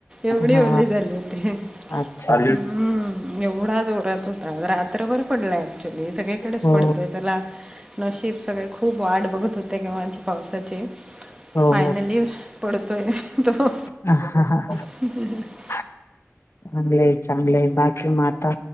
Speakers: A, on the right (about 15°); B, on the left (about 60°).
A: एवढी
B: हा
A: ओली झाले होते.
B: अच्छा.
A: हम्म एवढा जोरात होता रात्रभर पडला ऍक्च्युली सगळी कडेच
B: हो
A: तरी चला नशीब सगळे खूप वाट बघत होतय कि माझे पावसाचे
B: हो
A: फायनली पडतोय तो.
B: ह हा हा हां हा.
A: <inaudible>
B: चांगलं आहे चांगलं आहे. बाकी मग आता